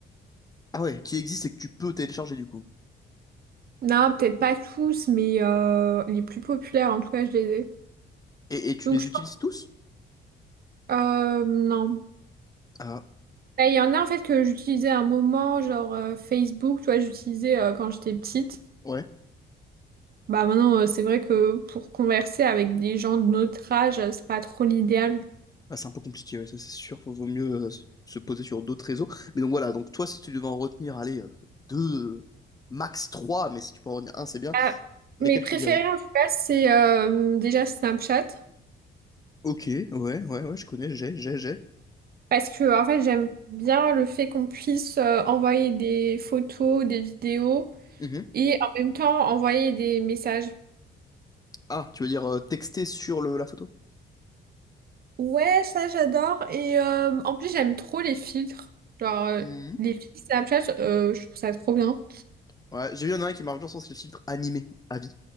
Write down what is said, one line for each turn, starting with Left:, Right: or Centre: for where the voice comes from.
Left: Ah ouais, qui existe et que tu peux télécharger, du coup.
Right: Non, peut-être pas tous, mais euh, les plus populaires, en tout cas, je les ai.
Left: Et, et tu
Right: Donc,
Left: les
Right: je...
Left: utilises
Right: pense-
Left: tous?
Right: euh, non.
Left: Ah
Right: Bah, Il y en a en fait que j'utilisais à un moment, genre euh, Facebook, tu vois, j'utilisais euh, quand j'étais petite.
Left: ouais.
Right: Bah maintenant, euh, c'est vrai que pour converser avec des gens de notre âge, euh, c'est pas trop l'idéal.
Left: Ah, c'est un peu compliqué, ouais, ça c'est sûr. Faut, vaut mieux euh, se, se poser sur d'autres réseaux. Mais donc voilà, donc toi, si tu devais en retenir, allez, euh, deux, euh, max trois, mais si tu peux en retenir un, c'est bien.
Right: Ah,
Left: Lesquels
Right: mes préférés
Left: tu dirais?
Right: en tout cas, c'est euh, déjà Snapchat.
Left: Ok, ouais, ouais, ouais, je connais, j'ai, j'ai, j'ai.
Right: Parce que en fait, j'aime bien le fait qu'on puisse euh, envoyer des photos, des vidéos
Left: Mhm.
Right: et en même temps envoyer des messages.
Left: Ah, tu veux dire euh, texter sur le, la photo?
Right: Ouais, ça j'adore. Et euh, en plus, j'aime trop les filtres. Genre, euh,
Left: Mhm.
Right: les filtres Snapchat, euh, je trouve ça trop bien.
Left: Ouais, j'ai vu, il y en a un qui marche bien, je pense, c'est le filtre animé, à vie.